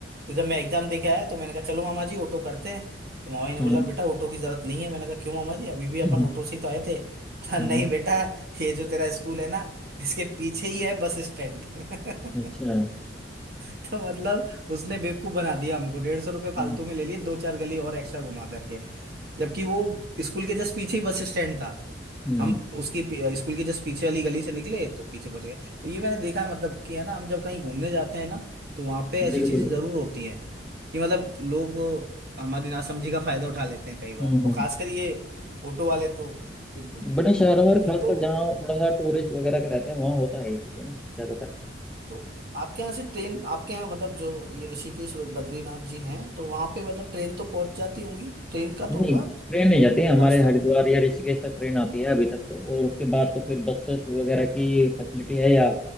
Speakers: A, on the right; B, in the centre.
A: तो जब मैं एग्जाम दे के आया तो मैंने कहा चलो मामा जी ऑटो करते हैं तो मामा जी ने
B: हम्म,
A: बोला बेटा ऑटो की जरूरत नहीं है मैंने कहा क्यों मामा जी अभी भी अपन
B: हम्म,
A: ऑटो से ही तो आए थे बोला
B: हम्म,
A: नहीं बेटा ये जो तेरा स्कूल है ना इसके पीछे ही है बस स्टैंड
B: अच्छा
A: <laughs> <laughs> तो मतलब उसने बेवकूफ बना दिया हमको डेढ़ सौ रुपये फालतू
B: हम्म
A: में ले लिए दो चार गली और एक्स्ट्रा घुमा करके जबकि वो स्कूल के जस्ट पीछे ही बस स्टैंड था
B: हम्म
A: हम
B: हम्म,
A: उसकी पी- स्कूल के जस्ट पीछे वाली गली से निकले तो पीछे पहुंच गए तो ये मैंने देखा है मतलब कि है ना हम जब कहीं घूमने जाते हैं ना तो वहां पे ऐसी
B: बिल्कुल
A: चीजें
B: बिल्कुल
A: जरूर होती हैं कि मतलब लोग हमारी नासमझी का फायदा उठा लेते हैं कई बार
B: हम्म
A: और
B: हम्म
A: खासकर ये ऑटो वाले तो बिल्कुल ही
B: बड़े
A: उठा
B: शहरों
A: ही लेते
B: और
A: हैं
B: खासकर
A: तो
B: जहाँ थोड़ा सा टूरिस्ट वगैरह का रहता है वहाँ होता है ये चीजें ना ज्यादातर
A: तो आपके यहाँ से ट्रेन आपके यहाँ मतलब जो ये ऋषिकेश और बद्रीनाथ जी हैं तो वहां पे मतलब ट्रेन तो पहुंच जाती होंगी ट्रेन का
B: नहीं
A: तो होगा
B: ट्रेन नहीं जाती है हमारे
A: रास्ता
B: हरिद्वार या ऋषिकेश तक ट्रेन आती है अभी तक तो और उसके बाद तो फिर बसेस वगैरह की फैसिलिटी है या अ,